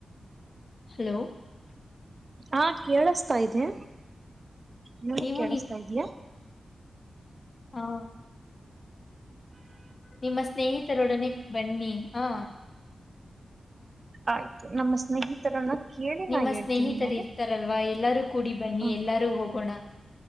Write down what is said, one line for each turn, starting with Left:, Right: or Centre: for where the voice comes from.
Left: ಹಲೋ
Right: ಹಾ ಕೇಳಸ್ತಾ ಇದೆ ನೀ
Left: ನೀವು
Right: ಕೇಳಸ್ತಾ ಇದಯಾ
Left: ಹಾ ನಿಮ್ಮ ಸ್ನೇಹಿತರೊಡನೆ ಬನ್ನಿ ಆ
Right: ಆಯ್ತು ನಮ್ಮ ಸ್ನೇಹಿತರನ್ನ ಕೇಳಿ
Left: ನಿಮ್ಮ
Right: ನಾ ಹೇಳ್ತೀನಿ
Left: ಸ್ನೇಹಿತರಿರ್ತಾರಲ್ವಾ
Right: ನಿಮಗೆ
Left: ಎಲ್ಲಾರೂ ಕೂಡಿ ಬನ್ನಿ
Right: ಹ್ಮ್
Left: ಎಲ್ಲಾರೂ ಹೋಗೋಣ